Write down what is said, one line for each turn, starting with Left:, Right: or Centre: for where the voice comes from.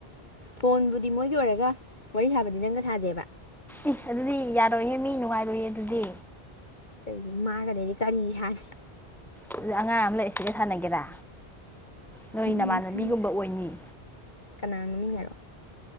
Left: ꯐꯣꯟꯕꯨꯗꯤ ꯃꯣꯏꯒꯤ ꯑꯣꯏꯔꯒ ꯋꯥꯔꯤ ꯁꯥꯕꯗꯤ ꯅꯪꯒ ꯁꯥꯖꯦꯕ
Centre: ꯏꯁ ꯑꯗꯨꯗꯤ ꯌꯥꯔꯣꯏꯍꯦ ꯃꯤ ꯅꯨꯡꯉꯥꯏꯔꯣꯏꯌꯦ ꯑꯗꯨꯗꯤ
Left: ꯀꯩꯒꯤ ꯃꯥꯒꯗꯤ ꯑꯩꯗꯤ ꯀꯔꯤ ꯁꯥꯅꯤ
Centre: ꯑꯗꯨꯗꯤ ꯑꯉꯥꯡ ꯑꯃ ꯂꯩ ꯑꯁꯤꯒ ꯁꯥꯟꯅꯒꯦꯔꯥ ꯅꯣꯏ
Left: ꯎꯝ
Centre: ꯅꯃꯥꯟꯅꯕꯤꯒꯨꯝꯕ
Left: ꯁꯥꯟꯅꯩ
Centre: ꯑꯣꯏꯅꯤ
Left: ꯀꯅꯥ ꯃꯃꯤꯡ ꯍꯥꯏꯔꯛꯑꯣ